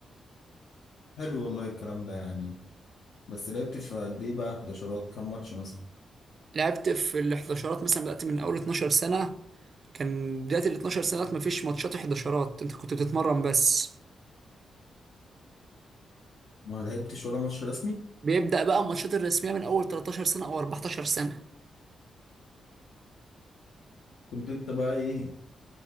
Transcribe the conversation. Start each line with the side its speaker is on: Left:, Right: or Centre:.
Left: حلو والله الكلام ده يعني بس لعبت في قد ايه بقى 11 كام ماتش مثلا
Right: لعبت في ال 11 مثلا بدأت من أول 12 سنة كان بداية ال 12 سنة مفيش ماتشات 11 أنت كنت بتتمرن بس
Left: ما لعبتش ولا ماتش رسمي
Right: بيبدأ بقى الماتشات الرسمية من أول 13 سنة أو 14 سنة
Left: كنت انت بقى ايه